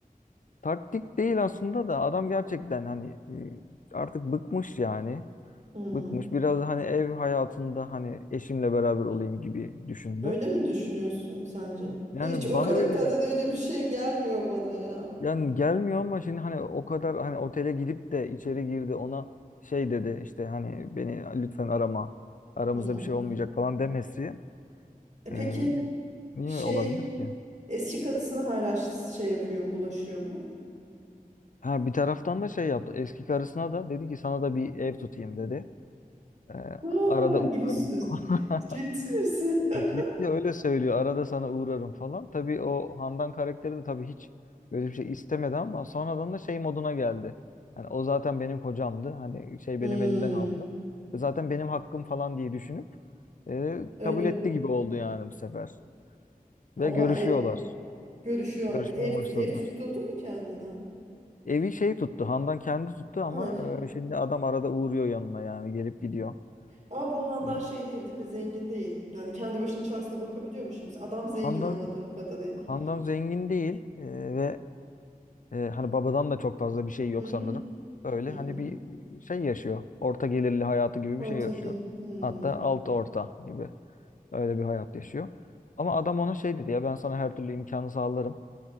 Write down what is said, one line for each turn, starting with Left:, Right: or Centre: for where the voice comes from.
Left: Taktik değil aslında da adam gerçekten hani e, artık bıkmış yani.
Right: Hmm,
Left: Bıkmış. Biraz da hani ev hayatında hani eşimle beraber olayım gibi düşündü.
Right: öyle mi düşünüyorsun sence?
Left: Yani
Right: Bir- Hiç o
Left: bana
Right: karakterden
Left: öyle
Right: öyle bir şey gelmiyor bana ya.
Left: Yani gelmiyor ama şimdi hani o kadar hani otele gidip de içeri girdi ona şey dedi işte hani beni lütfen arama aramızda
Right: Hmm.
Left: bir şey olmayacak falan demesi
Right: E
Left: e,
Right: peki
Left: niye
Right: şey
Left: olabilir ki?
Right: eski karısını hala şey yapıyor mu, bulaşıyor mu?
Left: Ha bir taraftan da şey yaptı eski karısına da dedi ki sana da bir ev tutayım dedi. E,
Right: Aa,
Left: arada
Right: yüzsüz.
Left: uğrarım falan. <laughs>
Right: Ciddi misin? <laughs>
Left: Ciddi öyle söylüyor. Arada sana uğrarım falan. Tabii o Handan karakteri de tabii hiç böyle bir şey istemedi ama sonradan da şey moduna geldi. Hani o zaten benim kocamdı. Hani şey
Right: Hmm,
Left: benim elimden aldı. E, Zaten benim hakkım falan diye düşünüp e,
Right: öyle
Left: kabul etti
Right: bir...
Left: gibi oldu yani bu sefer. Ve
Right: Oha
Left: görüşüyorlar.
Right: e, görüşüyor.
Left: Görüşmeye
Right: Bir ev,
Left: başladılar.
Right: ev tutturdun mu kendine?
Left: Evi şey tuttu. Handan kendi tuttu ama
Right: Ha.
Left: e, şimdi adam arada uğruyor yanına yani gelip gidiyor.
Right: Ama bu Handan
Left: Evet.
Right: şey değil değil mi? Zengin değil. Yani kendi başının çaresine bakabiliyormuş şimdi. Adam zengin
Left: Handan
Right: anladığım kadarıyla.
Left: Handan zengin değil e, ve E, hani babadan da çok fazla bir şey yok
Right: Hı
Left: sanırım.
Right: hı.
Left: Öyle
Right: Hı
Left: hani
Right: hı.
Left: bir şey yaşıyor. Orta gelirli hayatı gibi
Right: O
Left: bir şey
Right: tabii.
Left: yaşıyor.
Right: hı.
Left: Hatta alt orta gibi öyle bir hayat yaşıyor. Ama adam ona şey dedi ya ben sana her türlü imkanı sağlarım.